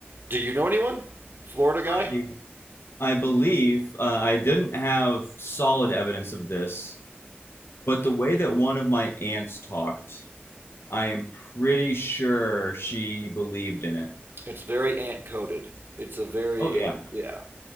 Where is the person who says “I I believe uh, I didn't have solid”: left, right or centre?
Left